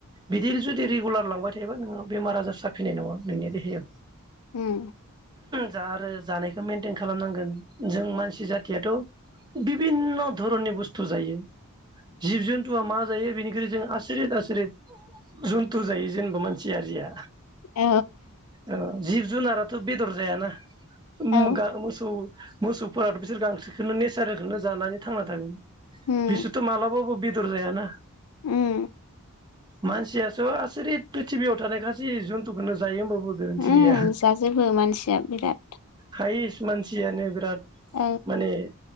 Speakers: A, on the right; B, on the left.
A: बिदि जुदि रेगुलार लांबाय थायोबा नोङो बेमार आजार साफैनाय नङा नोंनि देहायाव।
B: उम
A: जा आरो जानायखौ मेेनटेन खालामनांगोन जों मानसि जाथियाथ बिब बिभिन्न धरननि बुस्थु जायो। जिब जन्टुआ मा जायो बेनिख्रुइ जों आसुरिथ आसुरिथ जन्थु जायो जेनेबा मानसि हारिया।
B: औ
A: ओ जिब जुनारा थ' बेदर जायाना म
B: औ
A: गा मोसौ मोसौफोराथ बिसोर गांसोखौनो नेचारेलखोनो जानानै थांना थागोन।
B: उम
A: बिसोथ मालाबाबो बे दर जायाना
B: उम
A: मानसियाथ आसुरिथ प्रिथिबियाव थानाय गासै जुन्थुखौनो जायो होमबाबो बो गोरोन्थि
B: उम
A: गैया
B: जाजोबो मानसिया बिराद
A: हायस्ट मानसियानो बिराद
B: औ
A: माने